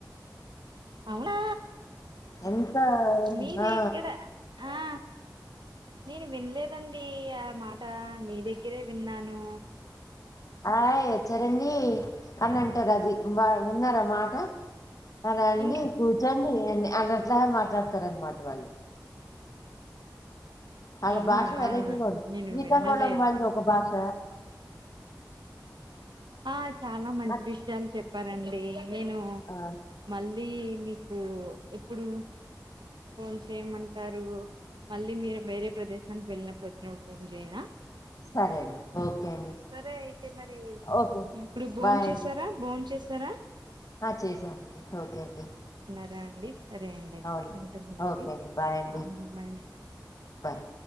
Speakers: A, on the right (about 85°); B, on the left (about 50°).
A: అవునా
B: ఎంత
A: మీరెక్కడ
B: ఆ
A: ఆ నేను విన్లేదండి ఆ మాట మీ దగ్గరే విన్నాను
B: ఆయ్ వచ్చరండి అని అంటారు అది బా విన్నార మాట అర అండి
A: ఇం
B: కూర్చోండి అ అడ అట్లా మాట్లాడతారునమాట వాళ్ళు వాళ్ళ
A: అవునా
B: భాష వెరైటీగా ఉంది
A: నేను
B: శ్రీకాకుళం
A: విన్నలేదు
B: వాళ్ళది ఒక భాష
A: ఆ చాలా మంచి
B: అట్-
A: విషయాలు చెప్ చెప్పనండి నేను
B: ఆ,
A: మళ్ళీ మీకు ఎప్పుడు ఫోన్ చేయమంటారు మళ్ళీ మీరు వేరే ప్రదేశానికి వెళ్ళినప్పుడు వచ్చినప్పుడు ఫోన్ చేయనా
B: సరే అండి ఓకే అండి
A: సరే అయితే మరి
B: ఓకే
A: ఇప్పుడు బోంచేసారా
B: బాయ్ అండి
A: బోంచేసారా
B: ఆ చేసామండి ఓకే అండి
A: అదే అండి సరే అండి అయితే
B: అవును
A: అంటారుండి
B: ఓకే అండి బాయ్ అండి
A: అమాడి
B: బాయ్